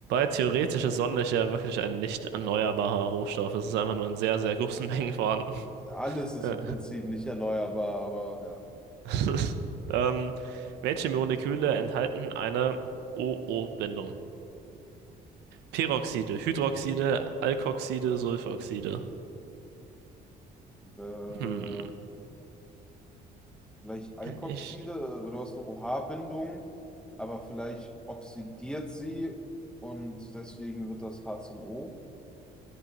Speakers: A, on the right; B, in the centre.
A: theoretisch ist Sonnenlicht ja wirklich ein nicht erneuerbarer Rohstoff. Es ist einfach nur in sehr, sehr großen <laughs> Mengen vorhanden.
B: Alles ist
A: Äh.
B: im Prinzip nicht erneuerbar, aber
A: <laughs> Ähm, welche Moleküle enthalten eine o o bindung Peroxide, Hydroxide, Alkoxide, Sulfoxide.
B: ja.
A: Hm,
B: Äh, Vielleicht Alkoxide,
A: ich,
B: äh, du hast eine OH-Bindung, aber vielleicht oxidiert sie und deswegen wird das H zum O.